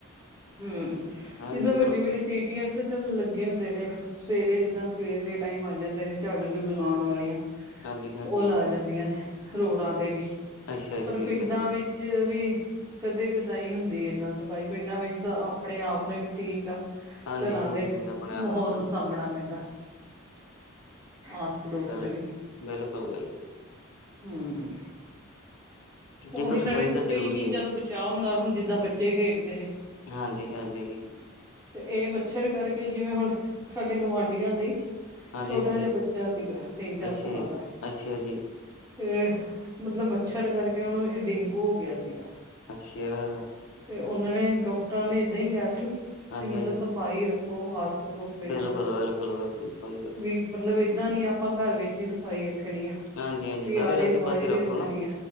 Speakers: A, on the right; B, on the left.
A: ਹੂੰ
B: ਹਾਂਜੀ
A: ਜਿੱਦਾਂ ਵੱਡੀ-ਵੱਡੀ
B: ਕਰੋ
A: ਸੀਟੀਆਂ ਤੇ ਚੱਲ ਲੱਗੇ ਹੁੰਦੇ ਨੇ। ਸਵੇਰੇ ਜਿੱਦਾਂ ਸਵੇਰ ਦੇ ਟਾਈਮ ਆ ਜਾਂਦੇ ਨੇ ਝਾੜੂ ਝੁੜੂ ਲਾਣ ਵਾਲੀਆਂ।
B: ਹਾਂਜੀ ਹਾਂਜੀ
A: ਓ ਲਾ ਜਾਂਦੀਆਂ ਨੇ ਰੋਡਾਂ ਤੇ ਵੀ,
B: ਅੱਛਾ ਅੱਛਾ
A: ਪਰ
B: ਜੀ
A: ਪਿੰਡਾਂ
B: ਚਲੋ ਵਧੀਆ
A: ਵਿੱ ਚ ਵੀ ਕਦੇ ਕਦਾਈ ਹੁੰਦੀ ਏਦਾਂ ਸਫ਼ਾਈ ਪਿੰਡਾਂ ਵਿੱਚ ਤਾਂ ਆਪਣੇ ਆਪ ਨੂੰ ਵੀ ਠੀ ਕ
B: ਹਾਂਜੀ
A: ਘਰਾਂ
B: ਹਾਂਜੀ
A: ਦੇ
B: ਆਪਣੇ ਆਪ
A: ਮਹੌਲ
B: ਗੱਲ
A: ਨੂੰ ਸਾਂਭਣਾ ਪੈਂਦਾ, ਆਸ ਪੜੋਸ
B: ਗੱਲ
A: 'ਚ ਵੀ,
B: ਬਿਲਕੁਲ ਬਿਲਕੁਲ
A: ਹੂੰ।
B: ਦੇਖੋ
A: ਉਹੀ
B: ਸਫ਼ਾਈ
A: ਨਾਲੇ
B: ਤਾਂ
A: ਕਈ
B: ਜ਼ਰੂਰੀ
A: ਚੀਜ਼ਾਂ
B: ਹੈ ਜੀ
A: ਤੋਂ ਬਚਾਅ ਹੁੰਦਾ ਹੁਣ ਜਿੱਦਾਂ ਬੱਚੇ ਖੇਡਦੇ ਨੇ।
B: ਹਾਂਜੀ-ਹਾਂਜੀ।
A: ਤੇ ਏ ਮੱਛਰ ਕਰਕੇ ਜਿਵੇਂ ਹੁਣ ਸਾਡੇ ਗੁਆਂਢੀਆਂ ਦੇ
B: ਹਾਂਜੀ
A: ਛੋਟਾ
B: ਹਾਂਜੀ
A: ਜਾ ਬੱਚਾ ਸੀਗਾ ਤਿੰਨ-ਚਾਰ
B: ਅੱਛਾ
A: ਸਾਲ
B: ਜੀ
A: ਦਾ।
B: ਅੱਛਾ ਜੀ
A: ਤੇ ਮਤਲਬ ਮੱਛਰ ਕਰਕੇ ਉਨੂੰ ਏ ਡੇਂਗੂ ਹੋ ਗਿਆ ਸੀਗਾ।
B: ਅੱਛਾ!
A: ਤੇ ਉਨਾਂ ਨੇ ਡਾਕਟਰਾਂ ਨੇ ਏਦਾਂ ਈ ਕੇਆ ਸੀ
B: ਹਾਂਜੀ
A: ਵੀ ਮਤਲਬ
B: ਹਾਂਜੀ
A: ਸਫ਼ਾਈ ਰੱਖੋ ਆਸ ਪੜੋਸ ਵਿੱਚ,
B: ਬਿਲਕੁਲ ਬਿਲਕੁਲ ਬਿਲਕੁਲ ਸਹੀ
A: ਵੀ ਮਤਲਬ ਏਦਾਂ ਨੀ ਆਪਾਂ ਘਰ ਵਿੱਚ ਈ ਸਫ਼ਾਈ ਰੱਖਣੀ ਆ।
B: ਹਾਂਜੀ-ਹਾਂਜੀ
A: ਵੀ
B: ਸਾਰੇ
A: ਆਲੇ
B: ਆਸੇ-ਪਾਸੇ
A: ਦੁਆਲੇ ਵੀ
B: ਰੱਖੋ
A: ਰੱਖਣੀ
B: ਨਾ,
A: ਆ।